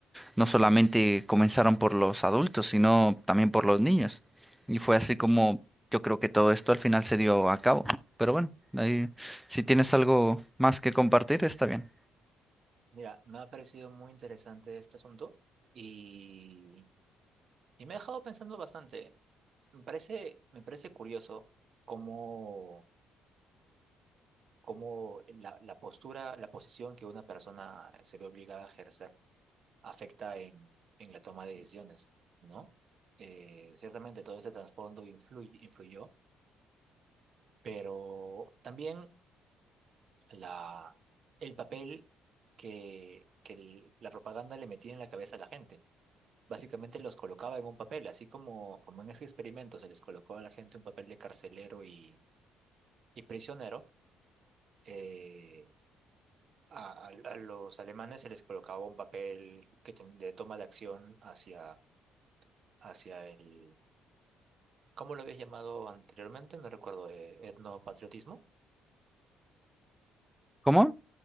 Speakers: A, in the centre; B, on the right.
A: no solamente comenzaron por los adultos, sino también por los niños. Y fue así como yo creo que todo esto al final se dio a cabo. Pero bueno, ahí, si tienes algo más que compartir, está bien.
B: Mira, me ha parecido muy interesante este asunto y, y me ha dejado pensando bastante. Me parece, me parece curioso cómo, cómo la, la postura, la posición que una persona se ve obligada a ejercer afecta en, en la toma de decisiones, ¿no? Eh, ciertamente todo ese trasfondo influye, influyó, pero también la, el papel que, que el- la propaganda le metía en la cabeza a la gente. Básicamente los colocaba en un papel, así como, como en ese experimento se les colocó a la gente un papel de carcelero y, y prisionero. eh, a, a- a los alemanes se les colocaba un papel que ten- de toma de acción hacia, hacia el, ¿Cómo lo habías llamado anteriormente? No recuerdo, eh, etnopatriotismo.
A: ¿Cómo?